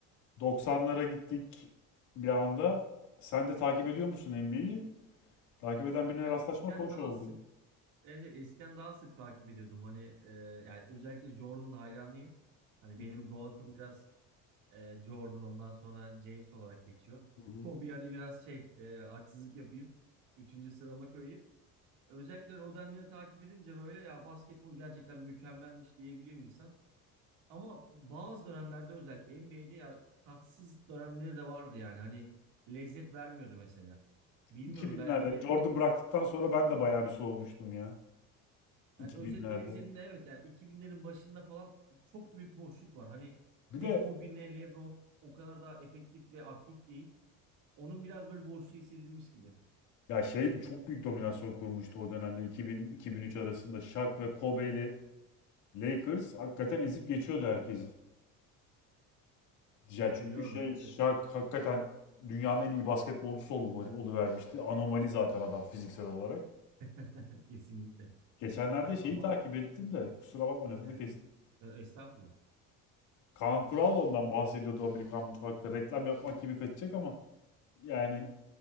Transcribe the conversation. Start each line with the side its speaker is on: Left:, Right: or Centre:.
Left: 90'lara gittik bir anda. Sen de takip ediyor musun NBA'yi? Takip eden birine
Right: Ya
Left: rastlaşmak
Right: eskiden
Left: hoş
Right: daha
Left: oldu.
Right: sık, evet, evet, eskiden daha sık takip ediyordum. Hani e, yani özellikle Jordan hayranıyım. Hani
Left: Hı
Right: benim
Left: hı,
Right: GOAT'ım biraz e, Jordan ondan sonra James olarak geçiyor.
Left: hı hı.
Right: Kobe yani biraz şey e, haksızlık yapayım. Üçüncü sırama koyayım. Özellikle o dönemleri takip edince böyle ya basketbol gerçekten mükemmelmiş diyebiliyor insan. Ama bazı dönemlerde özellikle NBA'de ya tatsız dönemleri de vardı yani. Hani lezzet vermiyordu mesela. Bilmiyorum
Left: 2000'lerde
Right: belki de
Left: Jordan bıraktıktan sonra ben de bayağı bir soğumuştum ya. 2000'lerde.
Right: yani özetleri izlediğimde evet yani 2000'lerin başında falan çok büyük boşluk var. Hani
Left: Bir
Right: ne
Left: de
Right: Kobe ne LeBron o kadar daha efektif ve aktif değil. Onun biraz böyle boşluğu hissedilmiş gibi.
Left: Ya şey çok büyük dominasyon kurmuştu o dönemde 2000-2003 arasında Shaq ve Kobe'li Lakers hakikaten ezip geçiyordu herkesi. Ya
Right: Hatırlıyorum
Left: çünkü şey
Right: evet.
Left: Shaq hakikaten dünyanın en iyi basketbolcusu ol- oluvermişti. Anomali zaten adam fiziksel olarak.
Right: evet. <laughs> Kesinlikle.
Left: Geçenlerde
Right: Ya
Left: şeyi
Right: ama
Left: takip ettim de kusura bakma lafını
Right: evet,
Left: kestim.
Right: e, estağfurullah.
Left: Kaan Kural da ondan bahsediyordu Amerikan mutfakta. Reklam yapmak gibi kaçacak ama yani